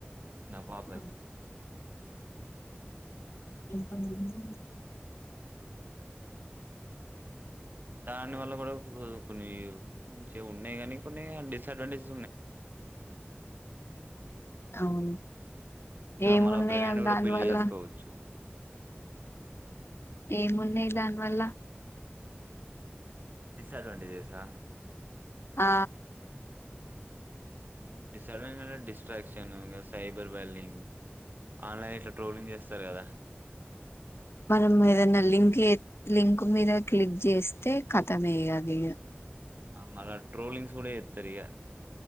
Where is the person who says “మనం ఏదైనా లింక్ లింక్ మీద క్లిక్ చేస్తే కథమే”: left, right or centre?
Left